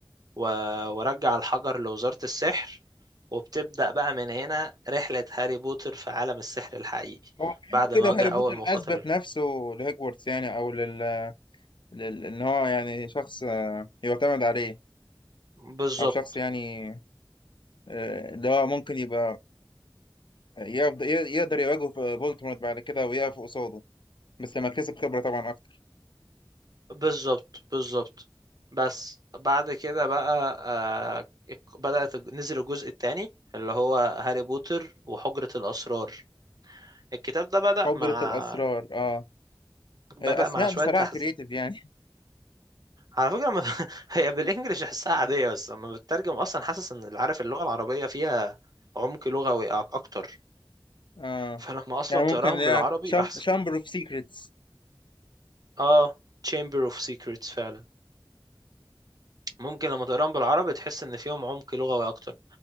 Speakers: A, on the right; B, on the left.
A: و- ورجع الحجر لوزارة السحر وبتبدأ بقى من هنا رحلة هاري بوتر في عالم السحر الحقيقي
B: هو كأنه
A: بعد
B: كده
A: ما واجه
B: هاري
A: أول
B: بوتر
A: مخاطر
B: اثبت نفسه لهجورتس يعني او لل... لل... ان هو يعني شخص آه، يعتمد عليه
A: بالظبط
B: او شخص يعني آه، اللي هو ممكن يبقى يقدر يقدر يواجه في فولتمورت بعد كده ويقف قصاده بس لما كسب خبرة طبعا اكتر
A: بالظبط بالظبط بس بعد كده بقى آه، ات- بدأت الج- نزل الجزء الثاني اللي هو هاري بوتر وحجرة الأسرار الكتاب ده بدأ
B: حجرة
A: مع
B: الاسرار اه
A: بدأ
B: آه، اسماء
A: مع شوية
B: بصراحة
A: تحز...
B: كريتيف يعني
A: على فكرة ما... <laughs> هي بالإنجلش أحسها عادية بس لما بتترجم أصلا حاسس إن اللي عارف اللغة العربية فيها عمق لغوي أك- أكتر
B: اه
A: فلما أصلا
B: يعني ممكن
A: تقراهم
B: اللي هي
A: بالعربي أحسن
B: شامبر اوف سيكريتس
A: آه Chamber of Secrets فعلا ممكن لما تقراهم بالعربي تحس ان فيهم عمق لغوي اكتر